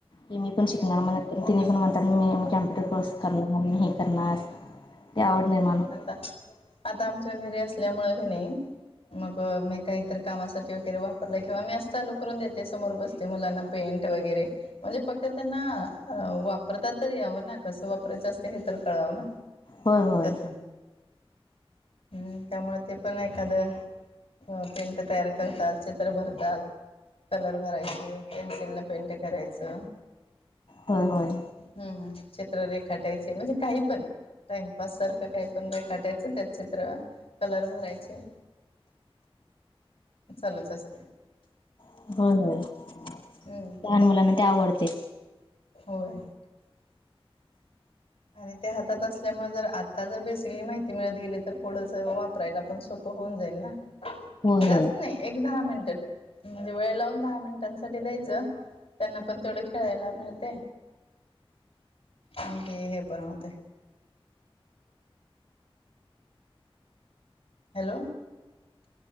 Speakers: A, on the left (about 55°); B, on the left (about 85°).
A: ते मी पण शिकणार
B: होय
A: म्हण तिने पण म्हणतात मी मी कॉम्पटूर कोर्स करणार मी हे करणार. ते आवड निर्माण
B: नाही
A: होते.
B: आता आता आमच्या घरी असल्यामुळे क नाही. मग मी काहीत कामासाठी वगैरे वापरलं किंवा मी अस चालू करून देते समोर बसते मुलांना. पेंट वगैरे. म्हणजे फक्त त्यांना वापरता तर यावं ना कसं वापरायचं असतं हे तर कळावं ना.
A: होय होय.
B: त्यातून हम् त्यामुळे ते पण एखादं. अ पेंट तयार करतात चित्र भरतात. कलर भरायचे पेन्सिल न पेंट करायचं.
A: होय होय...
B: हम्म चित्ररेखाटायचे म्हणजे काही पण टाईम पाससारखं काही पण रे खाटायचं त्यात चित्र कलर भरायचे. चालूच असते.
A: <unintelligible>
B: हम्म.
A: लहान मुलांना ते आवडते.
B: होय. आणि ते हातात असल्यामुळे जर आता जर बेसिकली माहिती मिळत गेली तर पुढच वापरायला पण सोप पं होऊन जाईल ना
A: होय
B: जास्त
A: होय
B: नाही एक दहा मिनिट म्हणजे वेळ लावून दहा मिनिटांसाठी द्यायचं. त्यांना पण तेवढ खेळायला मिळते आणखी हे पण होते. Hello